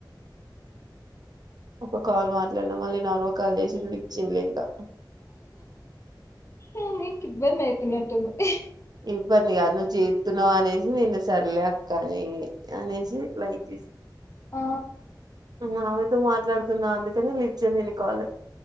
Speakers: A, on the right; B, on the left.
A: ఒక కాల్ మాట్లాడినా మళ్ళీ నార్ కాల చేసి ఏచింది ఇంకా
B: ఆ మీ క ఇద్బంది అయితు నంటుంది
A: ఇబ్బందిగా నువ్వు చేపుతున్నావు అనేసి నేను సర్లేక్కని అనేసి లైట్
B: ఆ
A: మావితో మాట్లాడుతున్నా అందుకని లిజ్జ నేను కావాలి